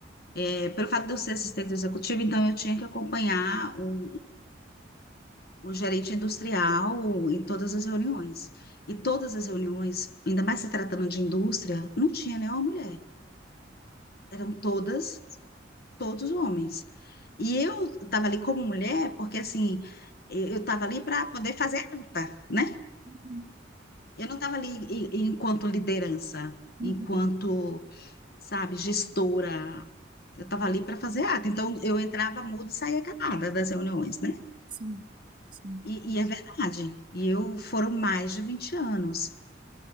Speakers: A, on the left; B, on the right.
A: É, pelo fato de eu ser assistente executiva, então eu tinha que acompanhar o, o gerente industrial em todas as reuniões. E todas as reuniões, ainda mais se tratando de indústria, não tinha nenhuma mulher. Eram todas, todos homens. E eu estava ali como mulher, porque assim, eu estava ali para poder fazer a ata, né?
B: Uhum,
A: Eu não estava ali e- e enquanto liderança,
B: uhum,
A: enquanto, sabe, gestora. Eu estava ali para fazer ata. Então, eu entrava muda e saía calada das reuniões, né?
B: Sim, sim.
A: E, e é verdade. E eu foram mais de 20 anos